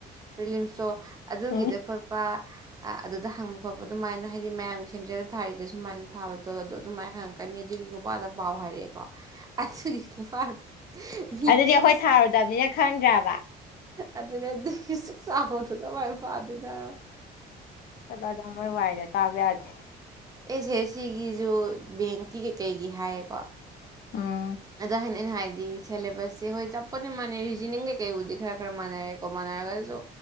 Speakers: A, on the right; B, on the left.
A: ꯄ꯭ꯔꯤꯂꯤꯝꯁꯇꯣ ꯑꯗꯨꯒꯤꯗ
B: ꯎꯝ
A: ꯈꯣꯠꯄ ꯑꯗꯨꯗ ꯍꯪꯕ ꯈꯣꯠꯄ ꯑꯗꯨꯃꯥꯏꯅ ꯍꯥꯏꯗꯤ ꯃꯌꯥꯝ ꯁꯦꯟꯇ꯭ꯔꯦꯜ ꯊꯥꯔꯤꯗ ꯁꯨꯃꯥꯏꯅ ꯊꯥꯕꯗꯣ ꯑꯗꯨꯗꯣ ꯑꯗꯨꯃꯥꯏꯅ ꯍꯪꯉꯛꯀꯅꯤ ꯑꯗꯨꯒꯤ ꯄꯥꯗ ꯄꯥꯎ ꯍꯥꯏꯔꯛꯑꯦꯀꯣ ꯑꯗꯨꯒꯤ ꯄꯥ ꯃꯤ
B: ꯑꯗꯨꯗꯤ
A: ꯆ
B: ꯑꯩꯈꯣꯏ ꯊꯥꯔꯨꯗꯕꯅꯤꯅ ꯈꯪꯗ꯭ꯔꯕ
A: ꯑꯗꯨꯗꯗꯤꯒꯤ ꯁꯛ ꯆꯥꯕꯗꯨꯗ ꯃꯥꯏ ꯄꯥꯗꯣꯏꯅꯦꯕ
B: ꯆꯠꯂꯣ ꯑꯗꯥ ꯃꯣꯏ ꯋꯥꯏꯔꯦ ꯇꯥꯕ ꯌꯥꯗꯦ
A: ꯑꯦꯁ ꯑꯦꯁ ꯁꯤꯒꯤꯁꯨ ꯕꯦꯡꯀꯤ ꯀꯩꯀꯩꯒꯤ ꯍꯥꯏꯌꯦꯀꯣ
B: ꯎꯝ
A: ꯑꯗ ꯍꯥꯏ ꯑꯩꯅ ꯍꯥꯏꯗꯤ ꯁꯦꯂꯦꯕꯁꯁꯦ ꯍꯣꯏ ꯆꯞꯄꯠꯅ ꯃꯥꯟꯅꯩ ꯔꯤꯖꯅꯤꯡ ꯀꯩꯀꯩꯕꯨꯗꯤ ꯈꯔ ꯈꯔ ꯃꯥꯟꯅꯔꯦꯀꯣ ꯃꯥꯟꯅꯔꯒꯁꯨ